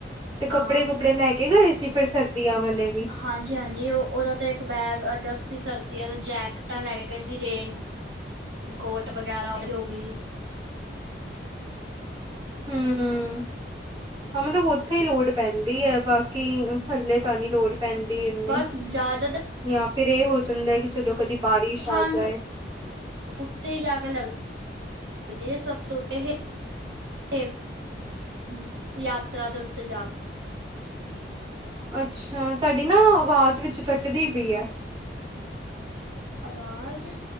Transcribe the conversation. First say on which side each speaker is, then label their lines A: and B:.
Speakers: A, on the right; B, on the right.
A: ਤੇ ਕੱਪੜੇ
B: ਹਾਂ
A: ਕੁਪੜੇ ਲੈ ਕੇ ਗਏ ਸੀ ਫਿਰ ਸਰਦੀਆਂ ਵਾਲੇ
B: ਹਾਂਜੀ-ਹਾਂਜੀ ਉਹ ਉਹਦਾ ਤੇ ਇੱਕ ਬੈਗ ਅਲੱਗ ਸੀ ਸਰਦੀਆਂ ਦਾ ਜੈਕਟਾਂ ਲੈ ਕੇ ਗਏ ਸੀ ਰੇਨ ਕੋਟ ਵਗੈਰਾ ਉ ਹੋ ਗਈ।
A: ਹੂੰ-ਹੂੰ ਮਤਲਬ ਉਥੇ ਹੀ ਲੋੜ ਪੈਂਦੀ ਹੈ ਬਾਕੀ ਕੀ ਥੱਲੇ ਤਾਂ ਨੀ ਲੋੜ ਪੈਂਦੀ ਏਨੀ
B: ਬਸ ਜ਼ਿਆਦਾਤਰ
A: ਜਾਂ ਫਿਰ ਇਹ ਹੋ ਜਾਂਦਾ ਕਿ ਚਲੋ ਕਦੀ ਬਾਰਿਸ਼
B: ਠੰਡ
A: ਆ ਜਾਏ।
B: ਉਤੇ ਜਾ ਕੇ ਲਗਦੀ ਏ ਸਭ ਉਤੇ ਇਹ ਹੇਮ ਯਾਤਰਾ ਤੋਂ ਉੱਤੇ ਜਾ ਕੇ
A: ਅੱਛਾ ਤੁਹਾਡੀ ਨਾ ਆਵਾਜ਼ ਵਿੱਚ ਕੱਟਦੀ ਪਈ ਹੈ।
B: ਆਵਾਜ਼